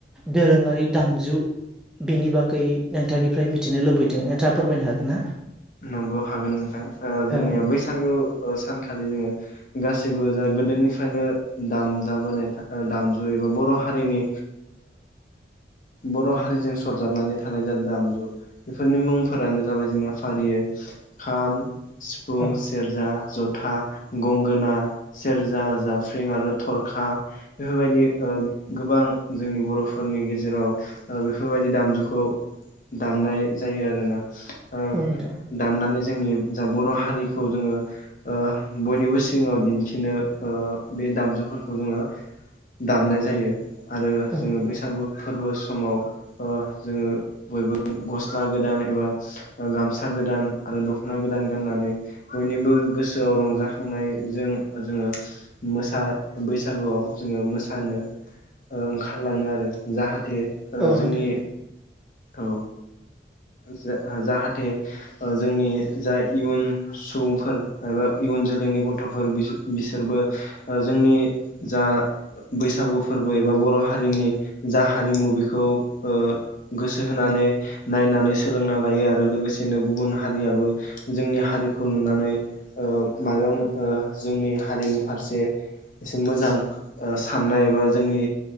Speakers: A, in the centre; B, on the left (about 45°).
A: दोरोङारि दामजु बेनि बागै नोंथांनिफ्राय मिथिनो लुबैदों नोंथाङा फोरमायनो हागोन ना?
B: नंगौ हागोन नोंथां। ओ जोंनिया
A: औ
B: बैसागु सानखालि जोङो गासिबो जा गोदोनि फायनो दामजाबोनाय ओ दामजु एबा बर' हारिनि बर' हारिजों सरजाबनानै थानाय जा दामजु बेफोरनि मुंफोरानो जाबाय जोंनिया फारियै खाम, सिफुं,
A: औ
B: सेरजा, जथा गंगोना सेरजा जाफ्रिं आरो थरखा बेफोरबायदि ओ गोबां जोंनि बर' फोरनि गेजेराव बेफोरबायदि दामजुखौ दामनाय जायो आरोना। ओ
A: ओं दे।
B: दामनानै जोंनि जा बर' हारिखौ जोङो ओ बयनिबो सिगाङाव दिन्थिनो बे दामजुफोरखौ जोङो दामनाय जायो आरो
A: औ
B: जोङो बैसागु फोरबो समाव ओ जोङो बयबो गस्ला गोदान एबा गामसा गोदान आरो दख'ना गोदान गाननानै बयनिबो गोसोआव रंजाखांनाय जों जोङो मोसा बैसागुआव जोङो मोसानो ओ ओंखारलाङो आरो जाहाथे ओ
A: औ
B: जोंनि
A: नोंथां
B: औ। ज-जाहाथे ओ जोंनि जा इयुन सुबुंफोर एबा इयुन जोलैनि गथ'फोर बिसोर-बिसोरबो ओ जोंनि जा बैसागु फोरबो एबा बर' हारिनि जा हारिमु बेखौ ओ गोसो होनानै नायनानै सोलोंना लायो आरो लोगोसेनो गुबुन हारियाबो जोंनि हारिखौ नुनानै मा जोंनि हारिनि फारसे एसे मोजां साननाय एबा जोंनि